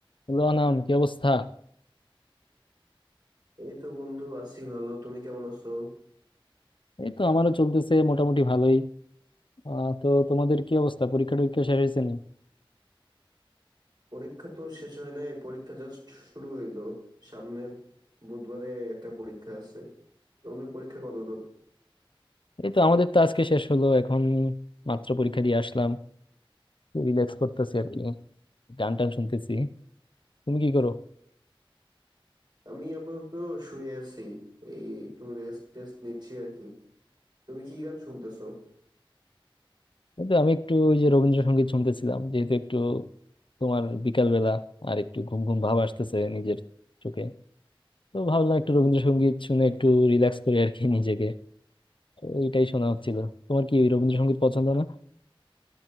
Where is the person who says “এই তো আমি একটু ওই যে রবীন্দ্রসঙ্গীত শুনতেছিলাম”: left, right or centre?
Left